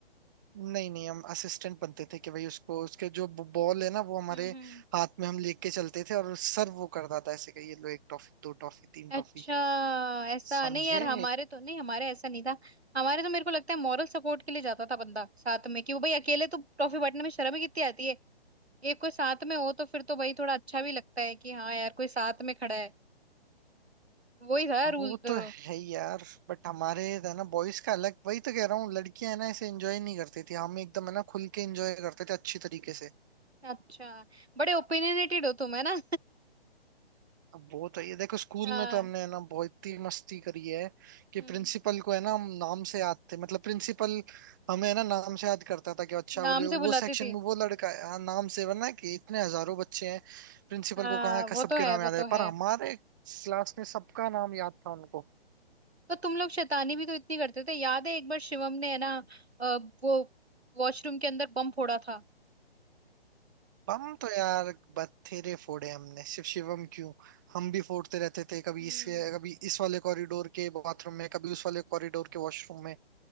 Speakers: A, on the right; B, on the right.
A: नहीं नहीं हम असिस्टेंट बनते थे कि भाई उसको उसके जो बॉल है ना वो हमारे
B: हम्म हम्म
A: हाथ में हम लेके चलते थे और सर वो करता था ऐसे कि ये लो एक टॉफी दो टॉफी तीन
B: अच्छा
A: टॉफी
B: ऐसा
A: समझे
B: नहीं यार हमारे तो नहीं हमारे ऐसा नहीं था हमारे तो मेरे को लगता है मॉरल सपोर्ट के लिए जाता था बंदा साथ में कि वो भाई अकेले तो ट्रॉफी बांटने में शर्म ही कितनी आती है एक कोई साथ में हो तो फिर तो भाई थोड़ा अच्छा भी लगता है कि हाँ यार कोई साथ में खड़ा है वही था रूल
A: वो
B: तो
A: तो है ही यार बट हमारे है ना बॉयज का अलग वही तो कह रहा हूँ लड़कियां है ना ऐसे एंजॉय नहीं करती थी हम एकदम है ना खुल के एंजॉय करते थे अच्छी तरीके से
B: अच्छा बड़े ओपिनियनेटेड हो तुम है ना
A: अब वो तो ये देखो स्कूल
B: <laughs> हाँ
A: में तो हमने है ना बहुत ही मस्ती करी है कि
B: हम्म
A: प्रिंसिपल को है ना हम नाम से याद थे मतलब प्रिंसिपल हमें है ना नाम से याद करता था कि अच्छा
B: नाम
A: बोले
B: से
A: वो
B: बुलाती
A: सेक्शन
B: थी
A: में वो लड़का है हाँ, नाम से वरना कि इतने हजारों बच्चे हैं प्रिंसिपल
B: हाँ
A: को कहाँ का
B: वो तो
A: सबके
B: है
A: नाम
B: वो
A: याद है
B: तो
A: पर
B: है
A: हमारे क्लास में सबका नाम याद था उनको
B: तो तुम लोग शैतानी भी तो इतनी करते थे याद है एक बार शिवम ने है ना अ, वो वॉशरूम के अंदर बम फोड़ा था
A: बम तो यार बथेरे फोड़े हमने शिव शिवम क्यों हम भी फोड़ते रहते थे कभी
B: हम्म
A: इस कभी इस वाले कॉरिडोर के बाथरूम में कभी उस वाले कॉरिडोर के वॉशरूम में